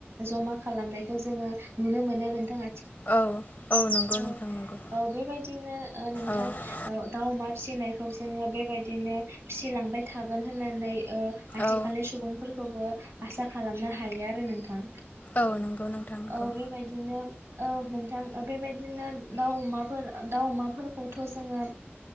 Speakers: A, on the right; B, on the left.
A: जमा खालामनायखौ जोङो नुनो मोनो नोंथां।
B: औ। औ नंगौ
A: औ-औ
B: नोंथां नंगौ
A: बेबायदिनो नोंथां
B: औ
A: दाउ अमा फिसिनायखौ जोङो बेबायदि दिनो फिसिलांबाय थागोन होननानै ओ आथिखालनि
B: औ
A: सुबुंफोरखौबो आसा खालामना। हायो आरो नोंथां।
B: औ नंगौ नोंथां नंगौ।
A: औ बेबायदिनो औ नोंथां। बेबायदिनो दाउ अमाफोर दाउ अमाफोरखौथ' जोङो